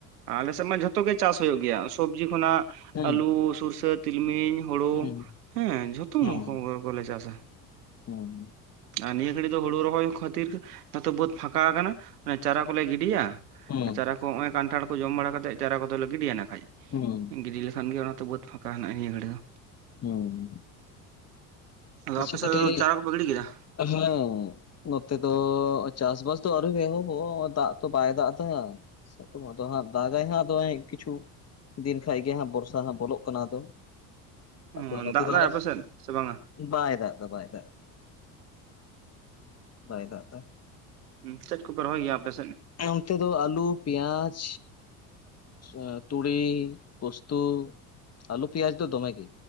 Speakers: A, on the right; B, on the left.
A: ᱟᱞᱮ ᱥᱮᱫ ᱢᱟ ᱡᱷᱚᱛᱚ ᱜᱮ ᱪᱟᱥ ᱦᱩᱭᱩᱜ ᱜᱮᱭᱟ ᱥᱚᱵᱡᱤ ᱠᱷᱚᱱᱟᱜ
B: ᱦᱩᱸ
A: ᱟᱹᱞᱩ ᱥᱩᱨᱥᱟᱹ ᱛᱤᱞᱢᱤᱧ ᱦᱩᱲᱩ
B: ᱦᱩᱸ
A: ᱦᱮᱸ ᱡᱷᱚᱛᱚ
B: ᱦᱩᱸ
A: ᱢᱚᱦᱚ ᱠᱚᱞᱮ ᱪᱟᱥᱟ
B: ᱦᱩᱸ
A: ᱟᱨ ᱱᱤᱭᱟᱹ ᱜᱷᱟᱹᱲᱤᱡ ᱫᱚ ᱦᱩᱲᱩ ᱨᱚᱦᱚᱭ ᱠᱚᱦᱚᱸ ᱛᱷᱤᱨ ᱡᱚᱛᱚ ᱵᱟᱹᱫᱽ ᱯᱷᱟᱸᱠᱟ ᱟᱠᱟᱱᱟᱮ ᱪᱟᱨᱟ ᱠᱚᱞᱮ ᱜᱤᱰᱤᱭᱟ᱾
B: ᱦᱩᱸ
A: ᱪᱟᱨᱟ ᱠᱚ ᱱᱚᱜ-ᱚᱭ ᱠᱟᱱᱴᱷᱟᱲ ᱠᱚ ᱡᱚᱢ ᱵᱟᱲᱟ ᱠᱟᱛᱮᱫ ᱪᱟᱨᱟ ᱠᱚᱫᱚᱞᱮ ᱜᱤᱰᱤᱭᱟ ᱱᱟᱠᱷᱟᱡ᱾
B: ᱦᱩᱸ
A: ᱜᱤᱰᱤ ᱞᱮᱠᱷᱟᱱ ᱜᱮ ᱚᱱᱟ ᱵᱟᱹᱫᱽ ᱯᱷᱟᱸᱠᱟ ᱦᱮᱱᱟᱜ ᱱᱤᱭᱟᱹ ᱜᱷᱟᱹᱲᱤ ᱫᱚ᱾
B: ᱦᱩᱸ
A: ᱟᱫᱚ
B: ᱠᱤᱪᱷᱩ
A: ᱟᱯᱮ ᱥᱮᱫ
B: ᱠᱟᱹᱴᱤᱡ
A: ᱫᱚ ᱪᱟᱨᱟ ᱠᱚᱯᱮ ᱜᱤᱰᱤ ᱠᱮᱫᱟ
B: ᱦᱮᱸ, ᱱᱚᱛᱮ ᱫᱚ ᱪᱟᱥᱵᱟᱥ ᱫᱚ ᱟᱹᱣᱨᱤ ᱦᱩᱭᱩᱜ-ᱟ ᱦᱩᱭ ᱫᱚ ᱫᱟᱜ ᱛᱚ ᱵᱟᱭ ᱫᱟᱜ ᱠᱟᱫᱟ ᱥᱤᱛᱩᱝᱟ ᱟᱫᱚ ᱦᱟᱸᱜ ᱫᱟᱜᱟᱭ ᱦᱟᱸᱜ ᱟᱫᱚ ᱦᱟᱸᱜ ᱠᱤᱪᱷᱩ᱾ ᱫᱤᱱ ᱠᱷᱟᱡ ᱜᱮ ᱦᱟᱸᱜ ᱵᱚᱨᱥᱟ ᱦᱟᱸᱜ ᱵᱚᱞᱚᱜ ᱠᱟᱱᱟ ᱟᱫᱚ᱾ ᱟᱫᱚ
A: ᱚᱸ
B: ᱱᱚᱛᱮ
A: ᱫᱟᱜ
B: ᱫᱚ
A: ᱫᱟᱭ
B: ᱟᱞᱮ
A: ᱟᱯᱮᱥᱮᱫ ᱥᱮ ᱵᱟᱝᱟ?
B: ᱵᱟᱭ ᱫᱟᱜᱫᱟ ᱵᱟᱭ ᱫᱟ, ᱵᱟᱭ ᱫᱟᱜ ᱫᱟ᱾
A: ᱩᱸ ᱪᱮᱫ ᱠᱚᱯᱮ ᱨᱚᱦᱚᱭ ᱜᱮᱭᱟ ᱟᱯᱮᱥᱮᱫ?
B: ᱚᱱᱛᱮ ᱫᱚ ᱟᱹᱞᱩ, ᱯᱮᱭᱟᱡᱽ ᱮᱸ ᱛᱩᱲᱤ ᱯᱚᱥᱛᱩ ᱟᱹᱞᱩ ᱯᱮᱸᱭᱟᱡᱽ ᱫᱚ ᱫᱚᱢᱮ ᱜᱮ᱾